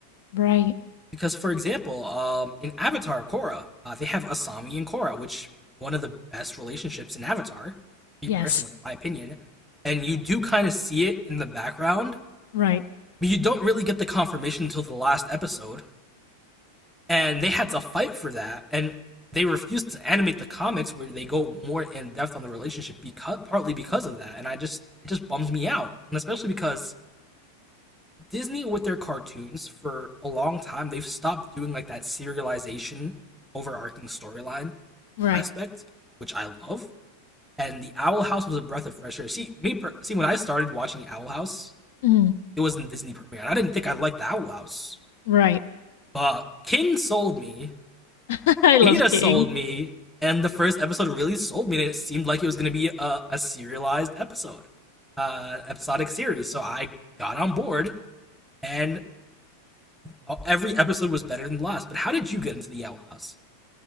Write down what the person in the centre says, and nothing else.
Because, for example, um, in Avatar Korra, uh, they have Asami and Korra, which one of the best relationships in Avatar, me
personally, in my opinion. And you do kind of see it in the background,
but you don't really get the confirmation until the last episode. And they had to fight for that, and they refused to animate the comics where they go more in depth on the relationship because partly because of that. And I just it just bums me out, and especially because Disney with their cartoons for a long time, they've stopped doing like that serialization overarching storyline
aspect, which I love. And the Owl House was a breath of fresh air. See me, per- see when I started watching the Owl House,
it was in Disney premiere, and I didn't think I liked the Owl House.
But King sold me,
Ida sold
me, and the first episode really sold me. And it seemed like it was going to be a, a serialized episode, uh, episodic series. So I got on board, and Oh, every episode was better than the last. But how did you get into the Owl House?